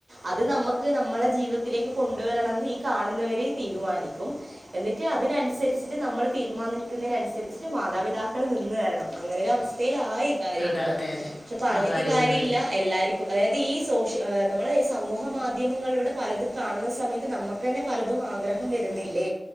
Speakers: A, on the right; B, on the left.
A: അത് നമ്മുക്ക് നമ്മളെ ജീവിതത്തിലേക്ക് കൊണ്ടുവരണന്ന് ഈ കാണുന്നവര് തീരുമാനിക്കും എന്നിട്ട് അതിനനുസരിച്ചിട്ട് നമ്മൾ തീരുമാനിക്കുന്നതിന് അനുസരിച്ച് മാതാപിതാക്കൾ നിന്ന് തരണം അങ്ങനെ ഒരു അവസ്ഥയിലായി കാര്യങ്ങള്
B: അതാ അതെ അതെ
A: പക്ഷെ പറഞ്ഞിട്ട്
B: ആ കാര്യങ്ങൾ
A: കാര്യ
B: അതെ
A: ഇല്ല എല്ലാർക്കും അതായത് ഈ സോഷ്യ നമ്മൾ സമൂഹ മാധ്യമങ്ങളിലൂടെ പലതും കാണുന്ന സമയത്ത് നമുക്ക് ക്കെന്നെ പലതും ആഗ്രഹം വരുന്നില്ലേ